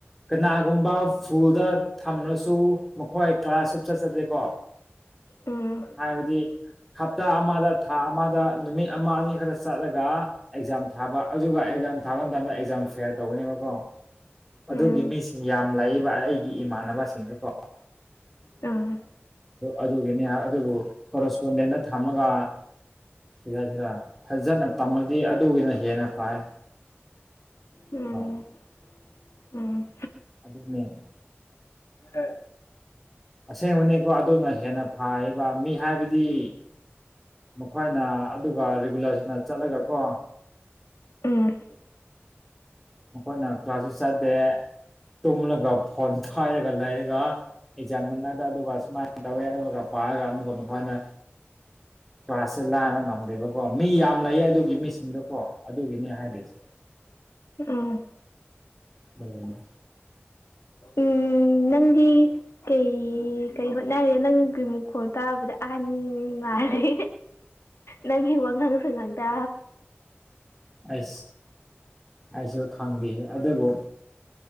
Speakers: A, in the centre; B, on the left (about 85°).
A: ꯀꯅꯥꯒꯨꯝꯕ ꯁ꯭ꯀꯨꯜꯗ ꯊꯝꯂꯁꯨ ꯃꯈꯣꯏ ꯀ꯭ꯂꯥꯁ ꯁꯞ ꯆꯠꯆꯗꯦꯀꯣ
B: ꯎꯝ
A: ꯍꯥꯏꯕꯗꯤ ꯍꯞꯇꯥ ꯑꯃꯗ ꯊꯥ ꯑꯃꯗ ꯅꯨꯃꯤꯠ ꯑꯃ ꯑꯅꯤ ꯈꯔ ꯆꯠꯂꯒ ꯑꯦꯛꯖꯥꯝ ꯊꯥꯕ ꯑꯗꯨꯒ ꯑꯦꯛꯖꯥꯝ ꯊꯥꯕ ꯃꯇꯝꯗ ꯑꯦꯛꯖꯥꯝ ꯐꯤꯌꯥꯔ ꯇꯧꯒꯅꯦꯕꯀꯣ
B: ꯎꯝ
A: ꯑꯗꯨꯒꯤ ꯃꯤꯁꯤꯡ ꯌꯥꯝ ꯂꯥꯛꯏꯕ ꯑꯩꯒꯤ ꯏꯃꯥꯟꯅꯕꯁꯤꯡꯁꯨꯀꯣ
B: ꯑ
A: ꯑꯗꯨꯒꯤꯅꯤ ꯑꯗꯨꯕꯨ ꯀꯣꯔꯣꯁꯄꯣꯟꯗꯦꯟꯅ ꯊꯝꯃꯒ ꯁꯤꯔꯥ ꯁꯤꯔꯥ ꯐꯖꯅ ꯇꯝꯃꯗꯤ ꯑꯗꯨꯒꯤꯅ ꯍꯦꯟꯅ ꯐꯥꯏ
B: ꯎꯝ
A: ꯑ
B: ꯎꯝ
A: ꯑꯗꯨꯗꯅ
B: ꯍ
A: ꯑꯁꯦꯡꯕꯅꯦꯀꯣ ꯑꯗꯨꯅ ꯍꯦꯟꯅ ꯐꯕ ꯃꯤ ꯍꯥꯏꯕꯗꯤ ꯃꯈꯣꯏꯅ ꯑꯗꯨꯒ ꯔꯤꯒꯨꯂꯔꯁꯤꯅ ꯆꯠꯂꯒ ꯀꯣ
B: ꯎꯝ
A: ꯑꯩꯈꯣꯏꯅ ꯀ꯭ꯂꯥꯁꯁꯨ ꯆꯥꯗꯦ ꯇꯨꯝꯂꯒ ꯐꯣꯟ ꯈꯥꯏꯔꯒ ꯂꯩꯔꯒ ꯑꯦꯛꯖꯥꯝ ꯃꯒ ꯑꯗꯨꯒ ꯁꯨꯃꯥꯏꯅ ꯇꯧꯋꯦ ꯑꯗꯨꯒꯒ ꯄꯥꯔꯒ ꯑꯃꯨꯛꯒ ꯃꯈꯣꯏꯅ ꯇ ꯑꯁꯂꯅ ꯉꯝꯗꯦꯕ ꯑꯣ ꯃꯤ ꯌꯥꯝ ꯂꯩꯌꯦ ꯑꯗꯨꯒꯤ ꯃꯤꯁꯤꯡꯗꯣ ꯀꯣ ꯑꯗꯨꯒꯤꯅꯦ ꯍꯥꯏꯔꯤꯁꯦ
B: ꯎꯝ
A: ꯎꯝ
B: ꯎꯝ ꯅꯪꯗꯤ ꯀꯩ ꯀꯩ ꯍꯣꯠꯅꯔꯦ ꯅꯪꯒꯤ ꯃꯈꯨꯈꯣꯡ ꯇꯥꯕꯗ ꯑꯍꯟ ꯗꯤ ꯅꯪ ꯍ ꯋꯥ ꯉꯥꯡꯁꯨ ꯉꯥꯡꯇꯥ
A: ꯑ ꯑꯁꯨ ꯈꯝꯗꯦ ꯑꯗꯨꯕꯨꯣ